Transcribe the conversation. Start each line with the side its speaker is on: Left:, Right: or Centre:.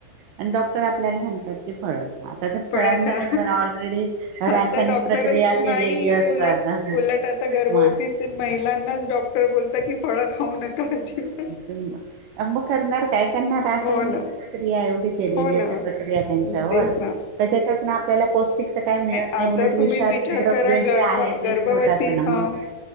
Right: आणि डॉक्टर आपल्याला सांगतात फळ. आता त्या
Left: फळ
Right: फळांनाच
Left: खा
Right: ऑलरेडी रासायनिक
Left: आता डॉक्टरच
Right: प्रक्रिया केलेली
Left: नाही
Right: असतात
Left: उलट
Right: ना. हा
Left: उलट आता गर्भवती
Right: मग
Left: महिलांनाच डॉक्टर बोलतात की फळं खाऊ नका अजिबात.
Right: <unintelligible> काय त्यांना रासायनिक
Left: हो ना
Right: क्रिया एवढी केलेली
Left: हो
Right: असे
Left: ना
Right: प्रक्रिया त्यांच्यावर
Left: तेच ना
Right: त्यांना आपल्याला पौष्टिक काही मिळत
Left: आता
Right: नाही. उलट विषारी
Left: तुम्हीच विचार
Right: द्रव्य
Left: करा गर्भ
Right: जे आहे ते
Left: गर्भवती
Right: पोटात जाणार
Left: ह